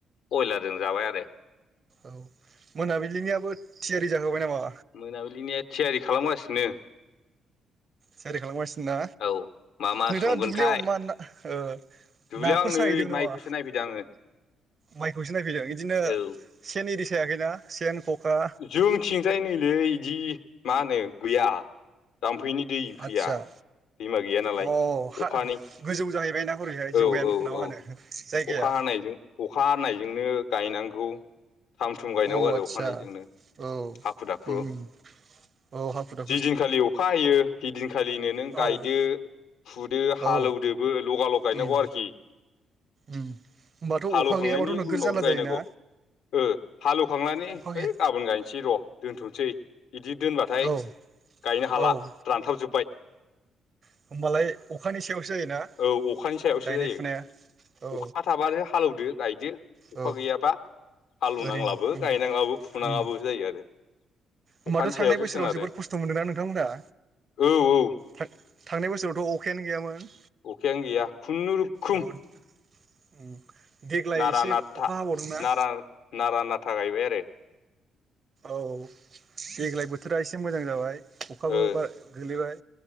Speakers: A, on the left; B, on the right.
A: बयलारजों जाबाय आरो।
B: औ मोनाबिलिनियाबो थियारि जाखाबाय नामा?
A: मोनाबिलिनिया थियारि खालामगासिनो।
B: थियारि खालाम गासिनो ना
A: औ मा मा
B: नोंथाङा
A: संगोनथाय
B: दुब्लियाव मा ना ओ
A: दुब्लियाव
B: नाफोर
A: आं नै
B: साहैदों नामा
A: माइखौसो नायफैदों आङो
B: माइखौसो नायफैदों इदिनो
A: औ
B: सेन एरि सायाखैना सेन, ख'खा
A: जोंथिंजाय नैलै इदि मा होनो गैया जामफैनि दै फैया।
B: आदसा
A: दैमा गैया नालाय
B: अ हा
A: अखानि
B: गोजौ जाहैबायना हरैहाय जौयेन
A: औ औ
B: ना मा
A: औ
B: होनो जायगाया
A: अखा हानायजों अखा हानायजोंनो गायनांगौ थाम थुम गायनांगौ
B: औ
A: आरो
B: आदसा
A: फानायजोंनो
B: औ
A: हाखु दाखु
B: उम औ हाखु दाख
A: जिदिनखालि अखा हायो हिदिनखालिनो नों
B: औ
A: गायदो। फुदो हालौदोबो
B: औ
A: लगालग गायनांगौ
B: उम
A: आरोखि।
B: उम होमबाथ'
A: हालौखांनायनि
B: अखा गैयाबाथ' नोगोद
A: उनावनो
B: जारला
A: गायनांगौ
B: जायोना?
A: ओ हालौ खांनानै
B: अखा गैया
A: हैय गाबोन गायनोसै र' दोनथ'सै इदि दोनबा थाय
B: औ
A: गायनो हाला
B: औ
A: रानथाब जोब्बाय।
B: उम होमबालाय अखानि सायावसो जायोना
A: औ अखानि सायावसो
B: गायनाय
A: जायो
B: फुनाया? औ।
A: अखा थाबानो हालौदो गायदो अखा
B: औ
A: गैयाबा हालौ
B: ओरैनो
A: नांलाबो
B: उम
A: गायनांलाबो। नाङाबो
B: उम
A: जायो आरो।
B: होमबाथ'
A: अखानि
B: सांनाय
A: सायावसो
B: बोसोराव
A: सोनारो
B: जोबोद खस्थ मोनदों ना नोंथां मोनहा?
A: औ औ
B: थां-थांनाय बोसोरावथ' अखायानो गैयामोन।
A: अखायानो गैया खुनु रुखुम।
B: औ उम देग्लाय
A: नारा
B: एसे
A: नाथा
B: अखा हाबावदोंना?
A: नारा नारा नाथा गायबाय आरो।
B: औ देग्लाय बोथोरा एसे मोजां जाबाय। अखाबो
A: ओ
B: बारा गोलैबाय